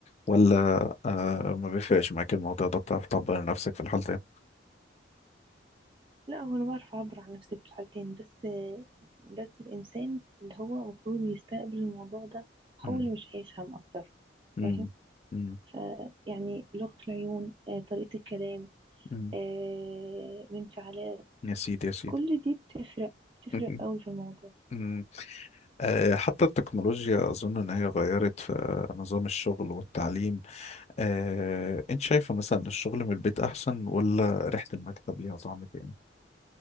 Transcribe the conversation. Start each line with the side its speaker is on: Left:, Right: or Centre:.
Left: ولا أه ما بيفرقش معاك الموضوع ده بتعرفي تعبري عن نفسك في الحالتين
Right: لا هو انا بعرف اعبر عن نفسي في الحالتين بس بس الانسان اللي هو المفروض يستقبل الموضوع ده
Left: مم.
Right: هو اللي مش هيفهم اكتر
Left: مم.
Right: فاهم
Left: مم.
Right: فيعني لغة العيون آه، طريقة الكلام
Left: مم.
Right: آه، الانفعالات
Left: يا سيدي يا سيدي
Right: كل دي بتفرق بتفرق
Left: <laughs>
Right: قوي في الموضوع
Left: مم. أه حتى التكنولوجيا أظن إن هي غيرت في نظام الشغل والتعليم آه، انت شايفة مثلا إن الشغل من البيت احسن ولا ريحة المكتب ليها طعم تاني